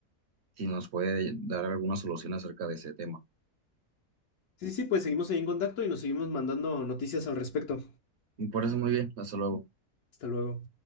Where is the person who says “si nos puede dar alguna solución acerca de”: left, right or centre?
Right